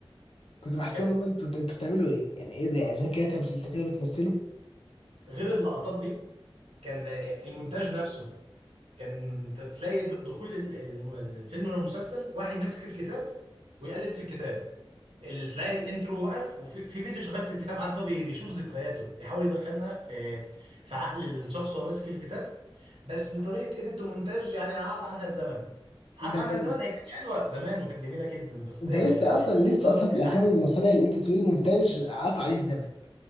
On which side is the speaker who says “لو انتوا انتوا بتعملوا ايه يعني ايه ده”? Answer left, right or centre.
Left